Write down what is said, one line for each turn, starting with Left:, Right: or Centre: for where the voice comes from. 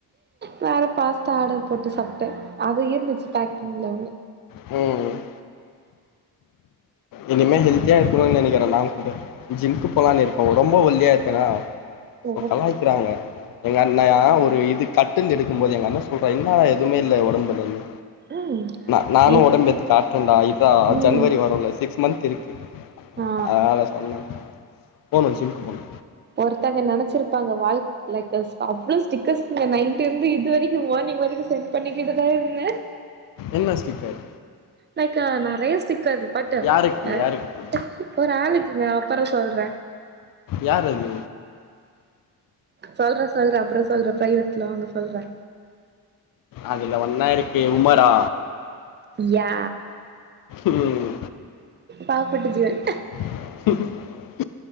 Right: வேற பாஸ்தா ஆர்டர் போட்டு சாப்ட்ட அது இருந்துச்சி பேக்கிங்ல ஒன்னு
Left: ம் இனிமே ஹெல்தியா இருக்குனுன் நெனைக்கிற நாங் கூட ஜிம்கு போலான் இருக்க ரொம்ப ஒல்லியா இருக்கனா
Right: ஓ
Left: சோ
Right: அப்டி
Left: கலாய்க்கிறாங்க எங்க அண்ணயா ஒரு இது கட்டில் எடுக்கும்போது எங்க அண்ண சொல்றா என்னாட எதுமே இல்ல ஒடம்புலந்து
Right: ம்
Left: நா நானு
Right: நேத்
Left: ஒடம்பேத்தி காட்றன்டா இர்றா
Right: ம்
Left: ஜனவரி வருல சிக்ஸ் மந்த் திருக்கு
Right: ஆ
Left: அதனால சொன்ன போனு ஜிம்க்கு போனு
Right: ஒருத்தங்க நெனச்சிருப்பாங்க வாழ்க் லைக்கஸ் அவ்ளோ ஸ்டிக்கஸ்ங்க நைட் இருந்து இது வரைக்கு மார்னிங் வரைக்கு சென்ட் பண்ணிக்கிட்டுதா இருந்த
Left: என்ன ஸ்டிக்கர்
Right: லைக்கா நெறைய ஸ்டிக்கர் பட்டு
Left: யாருக்கு
Right: அ
Left: யாருக்கு
Right: ஒரு ஆளுக்குங்க அப்பறோ சொல்ற
Left: யாரது
Right: சொல்ற சொல்ற அப்றோ சொல்ற ப்ரைவேட்ல வாங்க சொல்ற
Left: அதுல ஒன்னா இருக்கே உமரா
Right: யா
Left: ம்
Right: பாவப்பட்டு ஜெல்
Left: ம்